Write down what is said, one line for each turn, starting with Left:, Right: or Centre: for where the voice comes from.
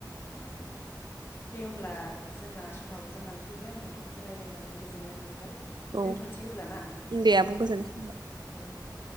Left: नंगौ नंगौ दे होमब्ला जोंना समाबो जानानै फैबाय नोंथांजों राय्लायनानै गोजोननाय मोनबाय।
Right: ओं
Left: दोनथ'नोसै अब्ला ना
Right: औ दे आब' गोजोननाय थाबाय
Left: औ दे।